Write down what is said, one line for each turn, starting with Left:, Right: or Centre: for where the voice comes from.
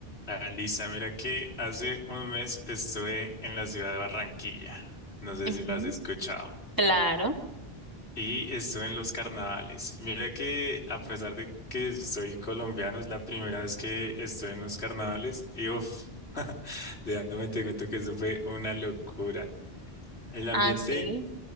Left: Alisa, mira que hace un mes estuve en la ciudad de Barranquilla, no sé
Right: Ujú,
Left: si la has escuchado,
Right: Claro.
Left: y estuve en los carnavales. Mira que a pesar de que soy colombiano, es la primera vez que estoy en los carnavales y uff, <laughs> déjame te cuento que eso fue una locura. El ambiente
Right: Así.